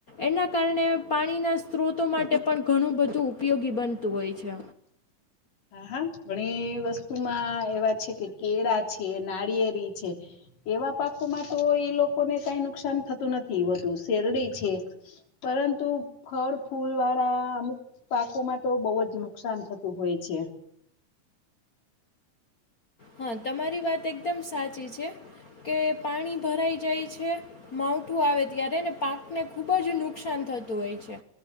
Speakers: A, on the left; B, on the left.
A: એના કારણે પાણીના સ્ત્રોતો માટે પણ ઘણું બધું ઉપયોગી બનતું હોય છે.
B: હા હા ઘણી વસ્તુમાં એવા છે કે કેળા છે નાળિયેરી છે એવા પાકોમાં તો એ લોકોને કઈ નુકસાન થતું નથી હોતું શેરડી છે પરંતુ ફળ ફૂલ વાળા અમુક પાકોમાં તો બહુ જ નુકસાન થતું હોય. છે.
A: હા તમારી વાત એકદમ સાચી છે કે પાણી ભરાઈ જાય છે માવઠું આવે ત્યારેને પાકને ખૂબ જ તમારી વાત એકદમ સાચી છે કે પાણી ભરાઈ જાય છેમાવઠું આવે ત્યારે પાકને ખૂબ જ નુકસાન થતું હોય છે,